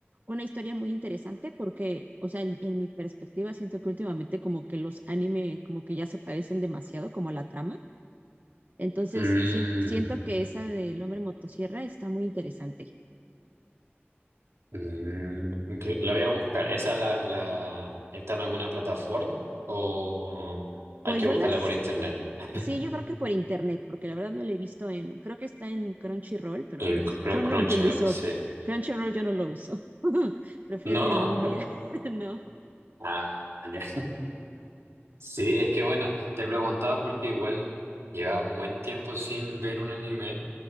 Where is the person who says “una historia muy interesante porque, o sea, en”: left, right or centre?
Right